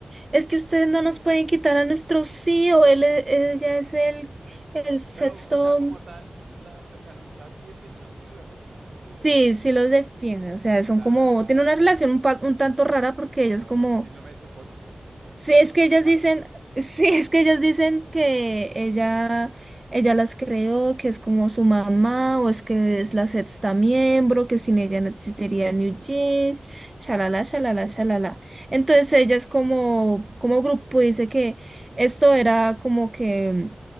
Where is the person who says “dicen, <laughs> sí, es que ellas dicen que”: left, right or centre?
Right